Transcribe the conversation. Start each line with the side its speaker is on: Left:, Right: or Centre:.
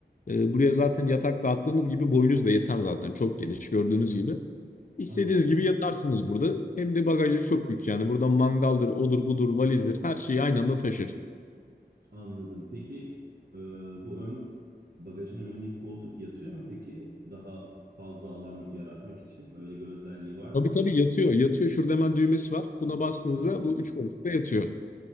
Left: Ee, buraya zaten yatak dağıttığınız gibi boyunuz da yeter zaten çok geniş gördüğünüz gibi. İstediğiniz
Right: Anladım.
Left: gibi yatarsınız burada. Hem de bagajı çok büyük yani. Buradan mangaldır, odur budur, valizdir her şeyi aynı anda taşır.
Right: Anladım. Peki e, bu ön bagajın önündeki koltuk yatıyor mu peki? Daha fazla alan yaratmak için öyle bir özelliği var mı?
Left: Tabii tabii yatıyor. Yatıyor. Şurada hemen düğmesi var. Buna bastığınızda
Right: Anladım.
Left: bu üç koltukta yatıyor.